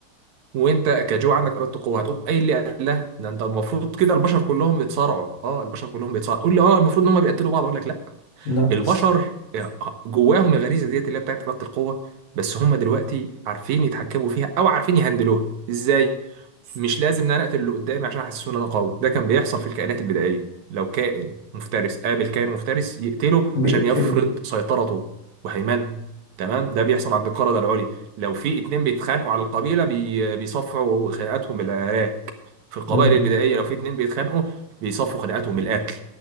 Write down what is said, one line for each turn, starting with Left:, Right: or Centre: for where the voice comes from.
Right: وانت كجو عندك اراده القوه هتقوم قايل لي قال لا ده انت المفروض كده البشر كلهم بيتصارعوا اه البشر كلهم بيتصارعوا تقول لي اه المفروض ان هم بيقتلوا بعض اقول لك لا
Left: لا
Right: البشر
Left: بس
Right: آه، جواهم الغريزه ديت اللي هي بتاعت اراده القوه بس هم دلوقتي عارفين يتحكموا فيها او عارفين يهندلوها ازاي مش لازم ان انا اقتل اللي قدامي عشان احسسه ان انا قوي ده كان بيحصل في الكائنات البدائيه لو كائن مفترس قابل كائن مفترس يقتله
Left: بيقتله
Right: عشان يفرض سيطرته وهيمنه تمام ده بيحصل عند القردة العليا لو في اتنين بيتخانقوا على القبيله بي... بيصفعوا خناقاتهم بالعراك في القبائل
Left: امم
Right: البدائيه لو في اتنين بيتخانقوا بيصفوا خناقاتهم بالقتل